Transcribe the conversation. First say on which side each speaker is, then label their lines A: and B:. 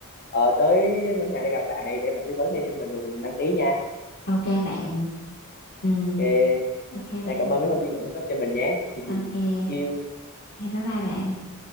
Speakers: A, on the left; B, on the left.
A: ờ, tới ngân hàng để gặp bạn hay để bạn tư vấn thêm cho mình rồi mình đăng ký nha
B: ok bạn ừ
A: Ok,
B: ok
A: này
B: bạn
A: cảm ơn mấy thông tin bạn cung cấp cho mình nhé.
B: ok
A: <laughs> Yêu
B: em bye bye bạn